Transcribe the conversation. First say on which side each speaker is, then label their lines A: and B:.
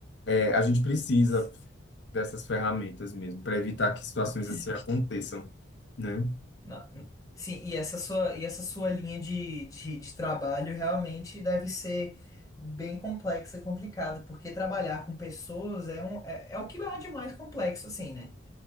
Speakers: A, on the left; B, on the left.
A: é, a gente precisa
B: sim,
A: dessas ferramentas mesmo para evitar que situações
B: sim.
A: assim aconteçam, né?
B: Na- sim, e essa sua, e essa sua linha de, de, de trabalho realmente deve ser bem complexa e complicada, porque trabalhar com pessoas é, um, é, é o que há de mais complexo, assim, né?